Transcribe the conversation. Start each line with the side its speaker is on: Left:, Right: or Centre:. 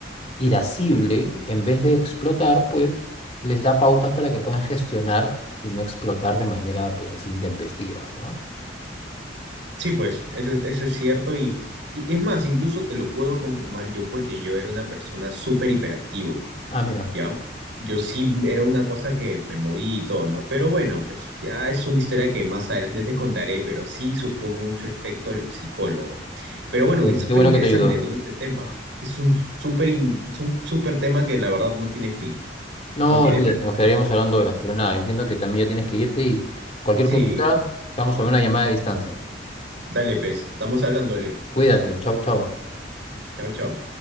Left: irascible, en vez de explotar, pues les da pautas para que puedan gestionar y no explotar de manera pues así intempestiva, ¿no?
Right: Sí, pues, eso es, eso es cierto y, y es más, incluso te lo puedo confirmar yo porque yo era una persona súper hiperactivo.
Left: Ah, mira,
Right: ¿ya? Yo sí era una cosa que me movía y todo, ¿no? Pero bueno, pues ya es una historia que más adelante te contaré, pero sí surgió mucho efecto el psicólogo. Pero bueno,
Left: bueno,
Right: es súper
Left: qué bueno
Right: interesante,
Left: que te ayudó.
Right: ¿no? Este tema. <laughs> Es un súper in- es un súper tema que la verdad no tiene fin,
Left: No,
Right: no tiene
Left: olvídate,
Right: fin.
Left: nos quedaríamos hablando horas, pero nada, entiendo que también ya tienes que irte y cualquier
Right: Sí,
Left: cosita, estamos a una llamada de distancia.
Right: dale, pues, estamos hablando, Leo.
Left: Cuídate, chau, chau.
Right: Chao, chao.